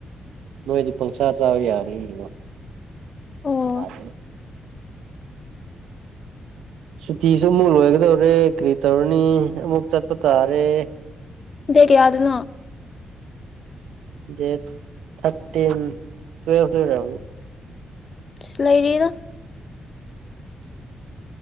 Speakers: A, on the right (about 85°); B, on the left (about 50°).
A: ꯅꯣꯏꯗꯤ ꯄꯪꯁꯥ ꯆꯥꯕ ꯌꯥꯕꯔꯤꯅꯣ
B: ꯑꯣ
A: ꯌꯥꯗ <inaudible> ꯁꯨꯇꯤꯁꯨ ꯑꯃꯨꯛ ꯂꯣꯏꯒꯗꯧꯔꯦ ꯀꯔꯤ ꯇꯧꯔꯅꯤ ꯑꯃꯨꯛ ꯆꯠꯄ ꯇꯥꯔꯦ
B: ꯗꯔꯤ ꯌꯥ ꯑꯗꯨꯅꯣ
A: ꯗꯦꯠ ꯊꯔꯇꯤꯟ ꯇꯨꯋ ꯂ
B: ꯁꯤ ꯂꯩꯥꯏꯔꯤꯗ
A: <inaudible>